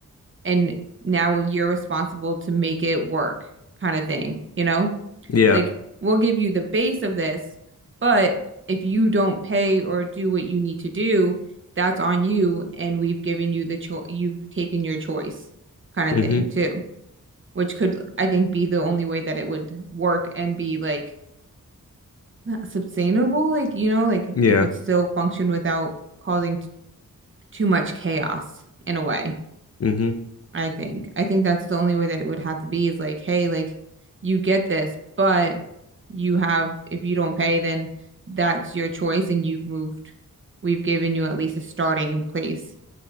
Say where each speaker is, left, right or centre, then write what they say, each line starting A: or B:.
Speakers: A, on the right; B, on the left.
A: and now you're responsible to make it work, kind of thing, you know?
B: Yeah.
A: Like, we'll give you the base of this, but if you don't pay or do what you need to do, that's on you, and we've given you the choice, you've taken your choice, kind of
B: Mm-hmm.
A: thing, too. Which could, I think, be the only way that it would work and be like not sustainable, like you know, like
B: Yeah.
A: it could still function without causing t too much chaos in a way,
B: Mm-hmm.
A: I think. I think that's the only way that it would have to be is like, hey, like you get this, but you have if you don't pay, then that's your choice and you've moved. We've given you at least a starting place.